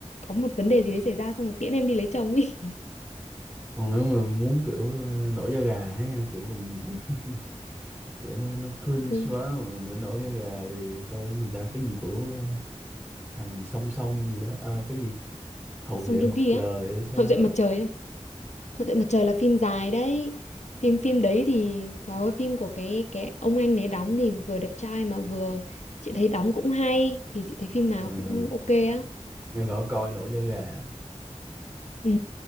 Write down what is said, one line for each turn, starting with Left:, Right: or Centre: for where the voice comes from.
Left: có một vấn đề gì đấy xảy ra xong rồi tiễn em đi lấy chồng ấy
Right: còn nếu mà muốn kiểu ờ, nổi da gà ấy kiểu mình <laughs> Kiểu nó nó cringe
Left: <laughs> Cứ...
Right: quá mà mình vẫn nổi da gà thì coi cái gì ta cái gì của ờ, thằng gì song song gì đó Ờ, cái gì hậu
Left: Song
Right: vệ
Left: Joong
Right: mặt
Left: Ki
Right: trời
Left: á
Right: hay sao
Left: Hậu duệ mặt
Right: á.
Left: trời em Hậu duệ mặt trời là phim dài đấy phim phim đấy thì trời ơi phim của cái cái ông anh đấy đóng thì vừa đẹp trai mà vừa chị thấy đóng cũng hay thì chị thấy phim nào
Right: ừ.
Left: cũng ok á
Right: nghe bảo coi nổi da gà
Left: ừ